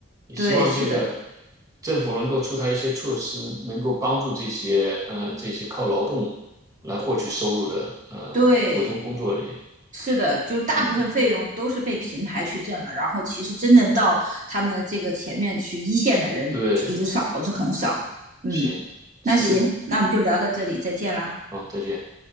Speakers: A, on the right; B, on the right.
A: 也希望这个
B: 对，是的，
A: 政府能够出台一些措施，能够帮助这些呃这些靠劳动来获取收入的呃普通工作人员。
B: 对，是的，就大部分费用都是被平台去挣了，
A: 嗯，
B: 然后其实真正到他们这个前面去一线的人，
A: 对，
B: 其实少之很少。嗯，
A: 行，
B: 那行，
A: 是，
B: 那我们就聊到这里，再见啦。
A: 好，再见。